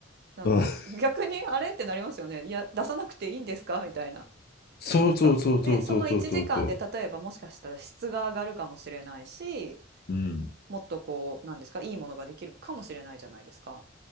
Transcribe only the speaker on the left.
うん
そうそうそうそうそうそうそうそ
う。うん。